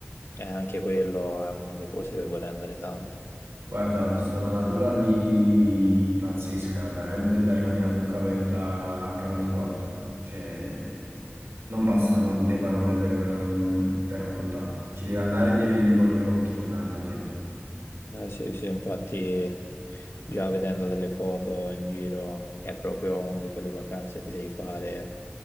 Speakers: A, on the left (about 65°); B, on the right (about 85°).
A: anche quello è uno dei posti dove vorrei andare tanto.
B: Guarda, ho visto una natura lì pazzesca, veramente da rimanere a bocca aperta H24. Cioè, non bastano le parole per, eh, per raccontare. Ci devi andare e devi vedere con i tuoi occhi, fondamentalmente.
A: Eh, sì, sì, infatti già vedendo delle foto in giro è proprio una di quelle vacanze che ti devi fare